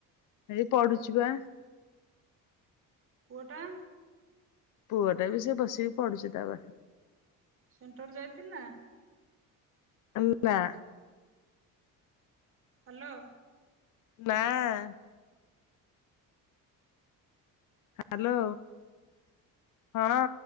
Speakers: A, on the left (about 60°); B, on the right (about 40°).
A: ଏଇ ପଢୁଛିୁ ପା।
B: ପୁଅଟା।
A: ପୁଅ ଟା ବି ସେ ବସିକି ପଡୁଛି ତା ପା
B: ସେଣ୍ଟର୍ ଯାଇଥିଲି ନା।
A: ଆମ୍ ନାଁ।
B: ହାଲୋ।
A: ନାଁ। ହ୍ୟାଲୋ ହଁ